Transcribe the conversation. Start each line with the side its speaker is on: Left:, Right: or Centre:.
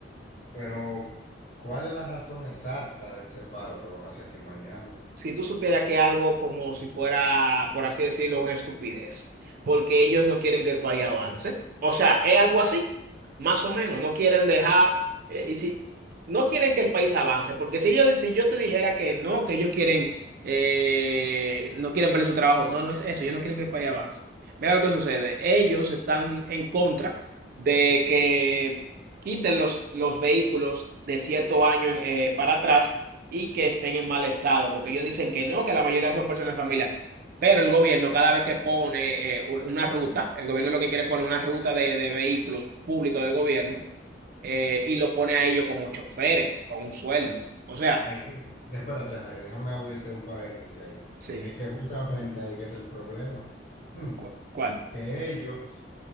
Left: Pero, ¿cuál es la razón exacta de ese paro que van a hacer aquí mañana?
Right: si tú supieras que algo como si fuera, por así decirlo, una estupidez, porque ellos no quieren que el país avance. O sea, es algo así, más o menos. No quieren dejar, eh, y si no quieren que el país avance, porque si yo, si yo te dijera que no, que ellos quieren, eh, no quieren perder su trabajo, no, no es eso, ellos no quieren que el país avance. Mira lo que sucede, ellos están en contra de que quiten los, los vehículos de cierto año eh, para atrás y que estén en mal estado, porque ellos dicen que no, que la mayoría son personas de familia. Pero el gobierno, cada vez que pone eh, un- una ruta, el gobierno lo que quiere es poner una ruta de, de vehículos públicos del gobierno eh, y lo pone a ellos como choferes, con un sueldo. O sea,
Left: Es que, espérate, Javi, déjame abrirte un paréntesis ahí.
Right: Sí.
Left: Es que justamente ahí es que está el problema. Mm,
Right: ¿cu- ¿cuál?
Left: Que ellos,